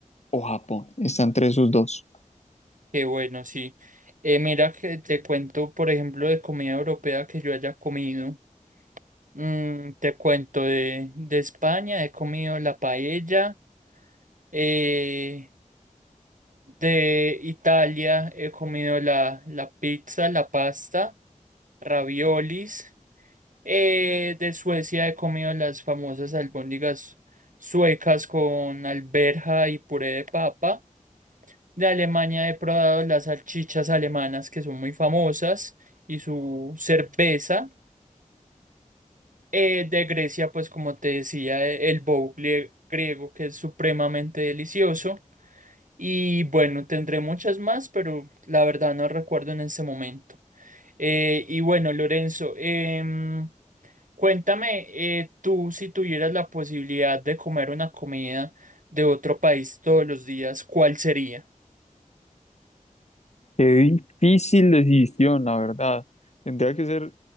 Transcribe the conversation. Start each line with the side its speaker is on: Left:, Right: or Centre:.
Left: o Japón. Están entre esos dos.
Right: qué bueno, sí. Eh, mira que te cuento, por ejemplo, de comida europea que yo haya comido. Mm, te cuento de, de España, he comido la paella. eh, de Italia he comido la, la pizza, la pasta, raviolis. eh, de Suecia he comido las famosas albóndigas suecas con alberja y puré de papa. De Alemania he probado las salchichas alemanas que son muy famosas y su cerveza. eh, de Grecia, pues como te decía, eh, el boucle griego que es supremamente delicioso. Y bueno, tendré muchas más, pero la verdad no recuerdo en este momento. Eh, y bueno, Lorenzo, em, cuéntame, eh, tú si tuvieras la posibilidad de comer una comida de otro país todos los días, ¿cuál sería?
Left: Qué difícil decisión, la verdad. Tendría que ser